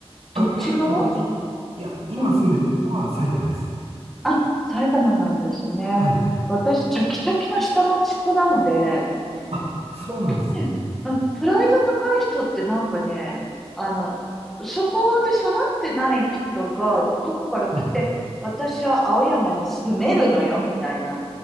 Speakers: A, in the centre; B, on the right.
A: どっち側
B: あ、いや、えっと、私、いや、今住んでるところは埼玉です。
A: うんうん。あ、埼玉なんですね。
B: はい。
A: 私、チャキチャキの下町っ子なので、
B: あ、そうなんですね。
A: 東京ね、うん、プライド高い人ってなんかね、あの、そこで育ってない人が、どこから来て、
B: はい。
A: 私は青山に住めるのよ、みたいな